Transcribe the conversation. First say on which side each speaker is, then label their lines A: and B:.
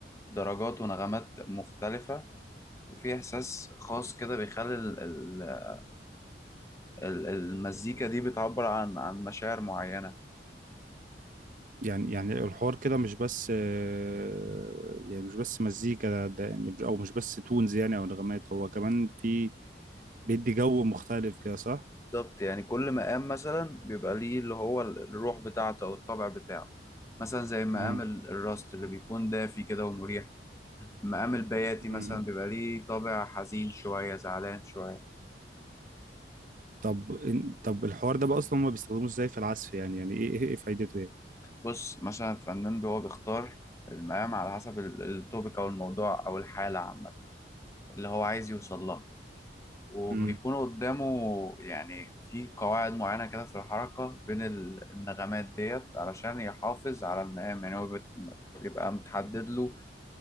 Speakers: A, on the left; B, on the right.
A: درجات ونغمات مختلفة وفي إحساس خاص كده بيخلي ال- ال- ال- المزيكا دي بتعبر عن عن مشاعر معينة
B: يعني يعني الحوار كده مش بس آه، يعني مش بس مزيكا ده, ده يعني مش- او مش بس تونز يعني او نغمات هو كمان في بيدي جو مختلف كده صح
A: بالظبط يعني كل مقام مثلا بيبقى ليه اللي هو ال- الروح بتاعته أو الطبع بتاعه مثلا زي مقام
B: مم.
A: ال- الراست اللي بيكون دافي كده ومريح مقام البياتي مثلا
B: مم.
A: بيبقى ليه طابع حزين شوية زعلان شوية
B: طب إن- طب الحوار ده بقى اصلا هما بيستخدموه ازاي في العزف يعني يعني ايه ايه إيه فايدته
A: بص مثلا الفنان هو بيختار المقام على حسب ال- التوبيك او الموضوع او الحاله عامه اللي هو عايز يوصل لها وبيكون
B: يعني
A: قدامه يعني في قواعد معينه كده في الحركه بين ال- النغمات ديت علشان يحافظ على المقام يعني هو بت- بيبقى متحدد له